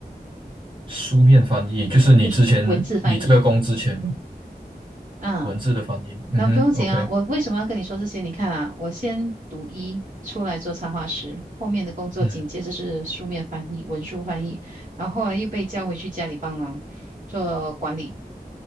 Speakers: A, on the right; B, on the right.
A: 书面翻译，就是你之前你这个工之前吧。
B: 就是文字翻译，啊，
A: 文字的翻译。嗯哼，OK，
B: 那不用紧啊，我为什么要跟你说这些？你看啊，我先读一出来做插画师，后面的工作紧接着是书面翻译、
A: 嗯
B: 文书翻译，然后后来又被叫回去家里帮忙做管理。